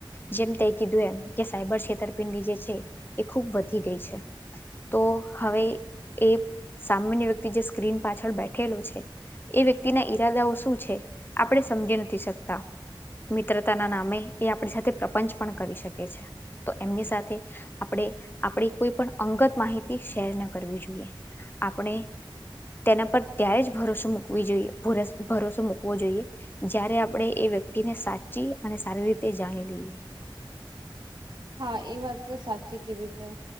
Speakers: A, on the left; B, on the right.
A: જેમ તે કીધું એમ કે સાયબર છેતરપિંડી જે છે એ ખૂબ વધી ગઈ છે. તો હવે એ સામાન્ય વ્યક્તિ જે સ્ક્રીન પાછળ બેઠેલો છે એ વ્યક્તિના ઈરાદાઓ શું છે આપણે સમજી નથી શકતા મિત્રતાના નામે એ આપણી સાથે પ્રપંચ પણ કરી શકે છે તો એમની સાથે આપણે આપણી કોઈ પણ અંગત માહિતી શેર ના કરવી જોઈએ આપણે તેના પર ત્યારે જ ભરોસો મૂકવી જોઈએ ભરોસો મૂકવો જોઈએ જય્યારે આપણે વ્યક્તિને સાચી અને સારી રીતે જાણી લઈએ
B: હા એ વાત તો સાચી કીધીતે.